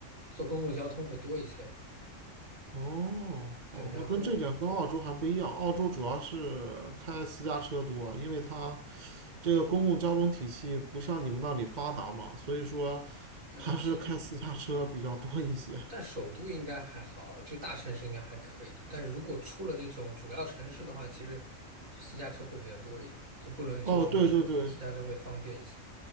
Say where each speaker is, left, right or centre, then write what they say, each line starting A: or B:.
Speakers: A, on the right (about 75°); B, on the right (about 35°).
A: 坐公共交通会多一些吧。
B: 哦哦，
A: 对，然后
B: 那跟这点跟澳洲还不一样，澳洲主要是开私家车多，因为它这个公共交通体系不像你们那里发达嘛，所以说 <laughs>
A: 但是
B: 还是开私家车比较多一些。
A: 但首都应该还好，就大城市应该还可以。但如果出了这种主要城市的话，其实私家车会比较多一点，就不论做什么事情，
B: 哦，对对对
A: 私家车会方便一些。